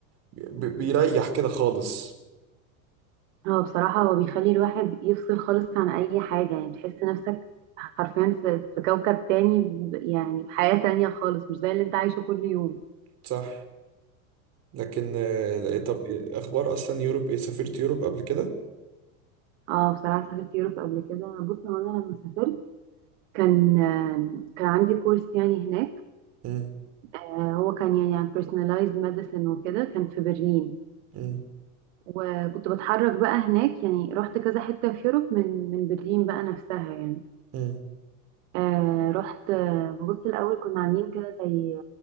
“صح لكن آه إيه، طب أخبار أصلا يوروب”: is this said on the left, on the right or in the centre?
Right